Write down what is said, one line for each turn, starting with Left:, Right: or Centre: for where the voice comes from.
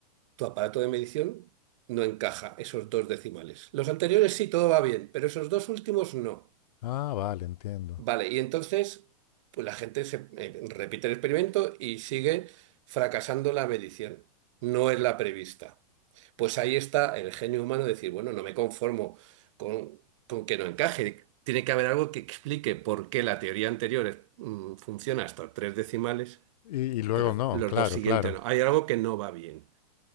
Right: tu aparato de medición no encaja esos dos decimales. Los anteriores sí, todo va bien, pero esos dos últimos no.
Left: Ah, vale, entiendo.
Right: Vale, y entonces, pues la gente se, eh, repite el experimento y sigue fracasando la medición. No es la prevista. Pues ahí está el genio humano de decir, bueno, no me conformo con, con que no encaje. Tiene que haber algo que explique por qué la teoría anterior es- mm, funciona hasta tres decimales,
Left: Y, y luego
Right: pero
Left: no,
Right: los
Left: claro,
Right: dos siguientes
Left: claro,
Right: no. Hay algo que no va bien.